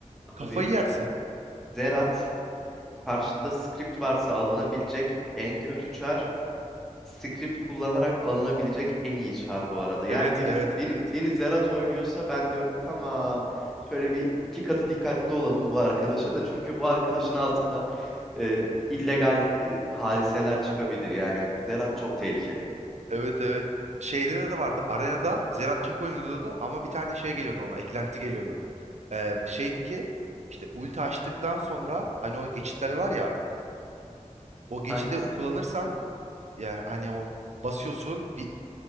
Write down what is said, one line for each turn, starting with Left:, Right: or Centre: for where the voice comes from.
Right: Kafayı
Centre: Abi
Right: yersin.
Centre: Zerat karşında script varsa alınabilecek en kötü çar script kullanarak alınabilecek en iyi çar bu arada. Yani
Right: Evet
Centre: biri,
Right: evet
Centre: biri,
Right: evet.
Centre: biri Zerat oynuyorsa ben diyorum tamam şöyle bir iki katı dikkatli olalım bu arkadaşa da çünkü bu arkadaşın altından e, illegal e, hadiseler çıkabilir. Yani Zerat çok tehlikeli.
Right: Evet evet. Şeyde de vardı. Arenada Zerat çok oynuyordu ama bir tane şey geliyordu ona. Eklenti geliyordu. Ee, şeydi ki işte ulti açtıktan sonra hani o geçitler var ya o geçidi
Centre: Hangisi?
Right: kullanırsan ya hani o basıyorsun bir